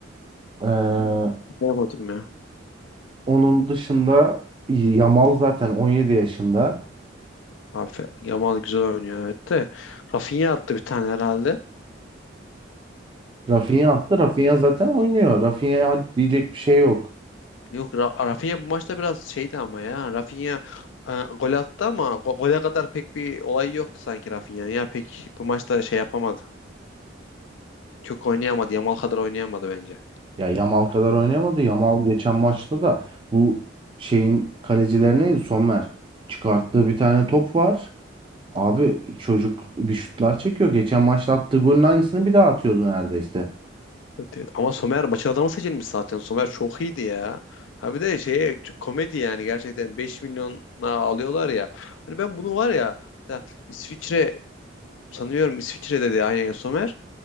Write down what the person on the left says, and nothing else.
Hmm, Yapamadım ya.
Abi Fe- Yamal güzel oynuyor evet de. Rafinha attı bir tane herhalde.
Yok Ra- Rafinha bu maçta biraz şeydi ama ya. Rafinha e, gol attı ama go- gole kadar pek bir olay yoktu sanki Rafinha'nın. Ya pek bu maçta şey yapamadı. Çok oynayamadı. Yamal kadar oynayamadı bence.
Evet, evet. Ama Somer maçın adamı seçilmiş zaten. Somer çok iyiydi ya. Ha bir de şey komedi yani gerçekten 5 milyona alıyorlar ya. Hani ben bunu var ya mesela İsviçre sanıyorum İsviçre'de de aynen Somer.